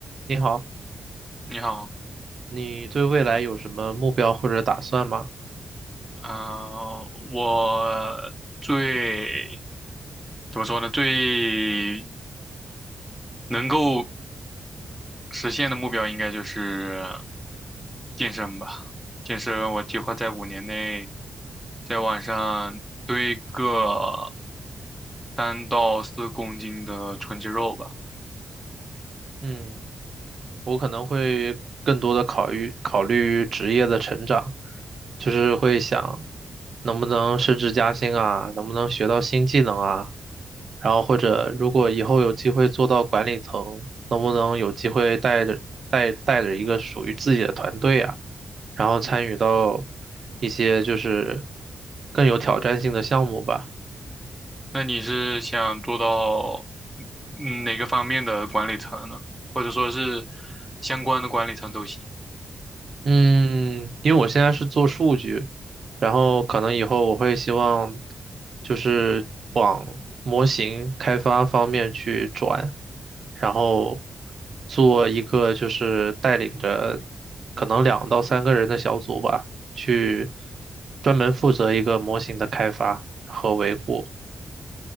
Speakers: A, on the right; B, in the centre.
A: 你好，
B: 你好，
A: 你对未来有什么目标或者打算吗？
B: 啊、我最怎么说呢？最能够实现的目标应该就是健身吧。健身，我计划在五年内在晚上堆个三到四公斤的纯肌肉吧。
A: 嗯，我可能会更多的考虑考虑职业的成长，就是会想能不能升职加薪啊，能不能学到新技能啊，然后或者如果以后有机会做到管理层，能不能有机会带着带带着一个属于自己的团队啊，然后参与到一些就是更有挑战性的项目吧。
B: 那你是想做到嗯哪个方面的管理层呢？或者说是相关的管理层都行？
A: 嗯，因为我现在是做数据，然后可能以后我会希望就是往模型开发方面去转，然后做一个就是带领着可能两到三个人的小组吧，去专门负责一个模型的开发和维护。